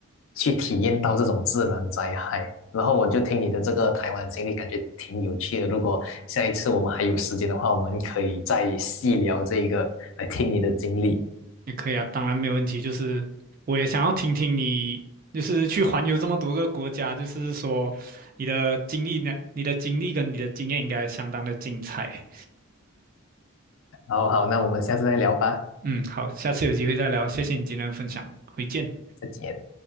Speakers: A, on the left; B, on the right.
A: 去体验到这种自然灾害，然后我就听你的这个台湾经历，感觉挺有趣的。如果下一次我们还有时间的话，我们可以再细聊这个，来听你的经历。
B: 也可以啊，当然没有问题。就是我也想要听听你，就是去环游这么多个国家，就是说你的经历呢，你的经历跟你的经验应该相当的精彩。
A: 然后好，那我们下次再聊吧，
B: 嗯，好，下次有机会再聊，谢谢你今天的分享，回见。
A: 再见。